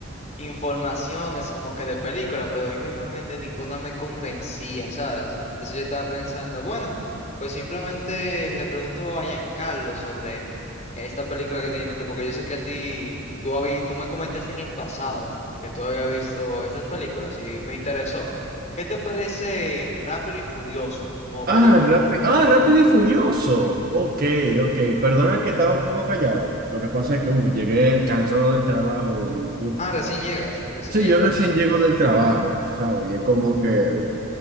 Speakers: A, on the left; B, on the right.
A: informaciones como que de película, pero es que realmente ninguna me convencía, ¿sabes? Entonces yo estaba pensando, bueno, pues simplemente le pregunto a Giancarlo sobre esta película que tiene en mente, porque yo sé que a ti, tú, habí- tú me comentaste en el pasado que tú habías visto estas películas y me interesó. ¿Qué te parece Rápido y Furioso como película?
B: Ah, rápido, ah, Rápido y Furioso. Ok, ok. Perdona que estaba un poco callado. Lo que pasa es que uf, llegué cansado del trabajo y uf.
A: Ah, recién llegas, recién
B: Sí,
A: llegas
B: yo
A: detrás.
B: recién llego del trabajo, ¿sabes? Y es como que uf,